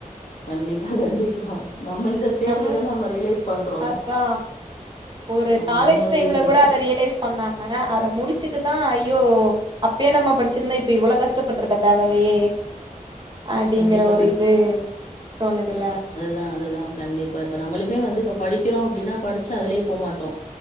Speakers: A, on the left; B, on the right.
A: கண்டிப்பா கண்டிப்பா நம்ம இந்த ஸ்டேஜ்ல
B: நம்மு
A: தானே நம்ம ரியலைஸ் பண்றோம்
B: அத்தா ஒரு
A: நம்ம
B: காலேஜ்
A: இன்னொரு
B: டைம்லே
A: டிகிரி படிச்சிருக்கு
B: கூட அத ரியலைஸ் பண்ணாமே அத முடிச்சிட்டுதா இ யோ அப்யோ நம்ம படிச்ருந்தா இப்ப இவளோ கஷ்டப்பட்ருக்க தேவல்லயே அடிங்கற
A: கண்டிப்பா
B: ஒரு இது தோணுதுல
A: தான் அதுதா கண்டிப்பா இப்ப நம்மளுமே வந்து இப்ப படிக்றோ அப்டின்னா படிச் அதுலயே போமாட்டோ